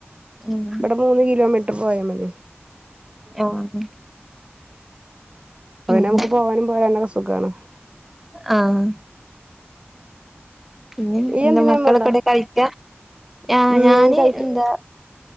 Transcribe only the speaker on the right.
ഇവിടെ മൂന്ന് കിലോമീറ്റർ പോയാ മതി
അങ്ങനെ
നമുക്ക് പോവാനും പോരനൊക്കെ സുഖാണ്
ഇയ്യ്
എന്തിനേം
പോണ്ട
ഉം
കളിച്ച്